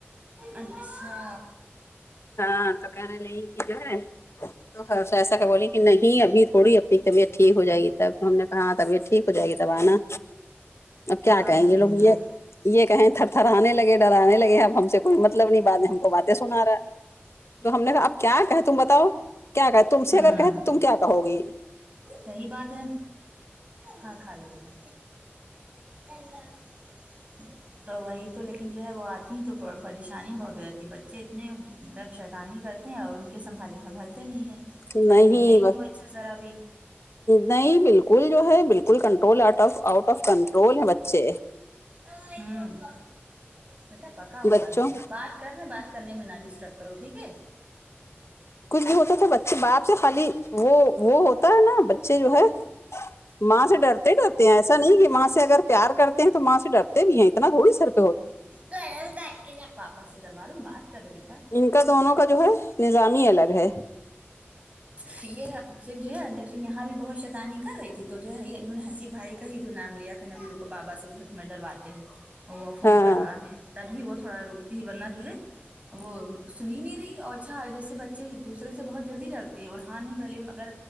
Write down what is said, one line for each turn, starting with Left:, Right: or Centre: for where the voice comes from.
Right: اچھا
Left: ہاں تو کہنے لگی کی جو ہے ہا شایستہ کیا بولی کی نہیں ابھی تھوڑی اپنی طبیعت ٹھیک ہو جائے گی تب تو ہم نے کہا ہاں طبیعت ٹھیک ہو جائے گی تب آنا اب کیا
Right: ارے
Left: کہیں گے لوگ
Right: اللہ
Left: مجھے یے کہیں تھر تھرانے لگے ڈرانے لگے اب ہم سے کوئی مطلب نہیں بعد میں ہم کو باتیں سنا رہا ہے تو ہم نے کہا اب کیا کہے تم بتاؤ کیا کہے تم
Right: ہوں
Left: سے اگر کہے تم کیا کہو گی
Right: صحیح بات ہے ہاں کھا لو بیٹا <unintelligible> دوائ تو لیکن جو ہے وہ آتی ہیں تو ب پریشانی بہت ہو جاتی ہے بچے اتنے مطلب شیطانی کرتے ہیں اور ان کے سنبھالے سنبھالتے نہیں ہیں
Left: نہیں
Right: ڈرتی ہے ہی
Left: بس
Right: وہ ان سے ذرا بھی
Left: نہیں بالکل جو ہے بالکل control out of out of control ہے بچے
Right: ہوں بیٹا پکا ہوا
Left: بچوں
Right: ہے اب بات کرے بات کرنے میں نا ڈسٹرب کرو ٹھیک ہے
Left: کچھ بھی ہوتا تھا بچے باپ سے خالی وہ وہ ہوتا ہے نا بچہ چے جو ہے ماں سے ڈرتے ڈرتے ہیں ایسا نہیں کی ماں سے اگر پیار کرتے ہیں تو ماں سے ڈرتے بھی ہیں اتنا تھوڑی سر پے
Right: ہوں پاپا سے کروا لو بات کر رہے بیٹا
Left: تو دونوں کا جو ہے نظام ہی الگ ہے
Right: پھر صرف جو ہے جب سے یہاں بھی بہت شیطانی کر رہی تھی تو جو ہے انہوں نے حسیب بھائی کا ہی جو نام لیا کن ابی رکو بابا سے ہی تمہیں ڈرواتے ہیں وہ فون
Left: ہاں
Right: کروا رہے تبھی وہ تھوڑا رک تی ہے ورنا جو ہے وہ سن ہی نہیں رہی اوچھا جیسے بچے دوسرے سے بہت جلدی ڈرتے تے اور ہاں نہیں بھلے مگر